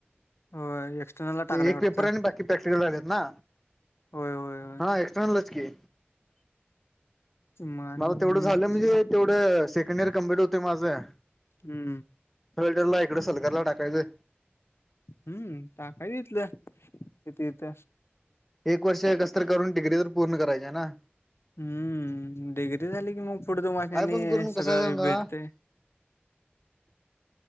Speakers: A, on the left; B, in the centre.
A: हो एक्स्टर्नल ला टाकलाय
B: एक
A: वाटत.
B: पेपर आणि बाकी प्रॅक्टिकल राहिलेत ना.
A: होय होय
B: हा एक्सटर्नलचज की
A: माने
B: मला
A: <unintelligible>
B: तेवढं झालं म्हणजे तेवढं सेकंड इयर कम्प्लीट होते माझं.
A: हम्म हम्म.
B: फलटरला इकडे सलकारला टाकायचं.
A: हम्म ताकाय इथल किती येतंय.
B: एक वर्ष कसत करून डिग्री तर पूर्ण करायची ना.
A: हम्म डिग्री झाली की मग पुढे दो मासने
B: काय पण करून कस
A: सगळं
B: सांगा
A: भेटते.
B: <unintelligible>